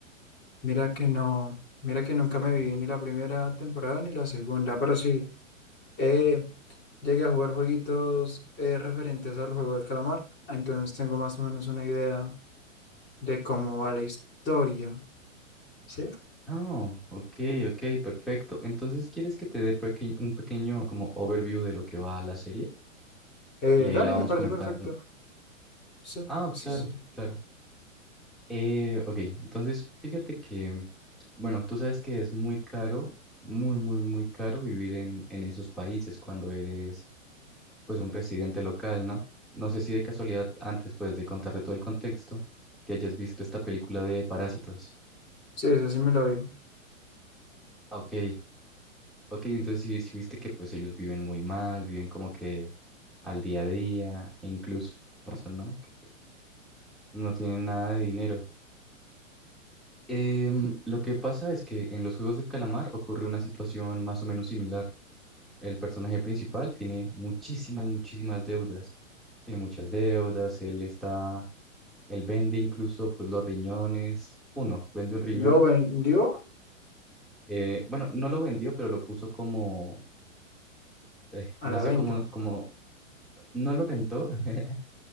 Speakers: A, on the left; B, in the centre.
A: mira que no, mira que nunca me vi ni la primera temporada ni la segunda, pero sí, eh, llegué a jugar jueguitos eh, referentes al juego del calamar, entonces tengo más o menos una idea de cómo va la historia, ¿sí?
B: Ah, ok, ok, perfecto. Entonces, ¿quieres que te dé peque- un pequeño como overview de lo que va la serie?
A: Eh,
B: Y ahí
A: dale,
B: la vamos
A: me parece
B: comentando.
A: perfecto, sí,
B: Ah,
A: sí,
B: claro,
A: sí, sí,
B: claro. Eh, ok, entonces fíjate que, bueno, tú sabes que es muy caro, muy, muy, muy caro vivir en, en esos países cuando eres pues un residente local, ¿no? No sé si de casualidad, antes pues de contarte todo el contexto, te hayas visto esta película de Parásitos.
A: sí, esa sí me la vi.
B: Ok, ok, entonces sí, sí viste que pues ellos viven muy mal, viven como que al día a día, e incluso eso, ¿no? Que no tienen nada de dinero. Em, lo que pasa es que en los Juegos del Calamar ocurre una situación más o menos similar. El personaje principal tiene muchísimas, muchísimas deudas. Tiene muchas deudas, él está Él vende incluso pues los riñones, uno, vende un riñón.
A: Lo vendió
B: eh, bueno, no lo vendió, pero lo puso como, eh,
A: a
B: no
A: la
B: sé
A: venta.
B: cómo, como, no lo rentó, <laughs>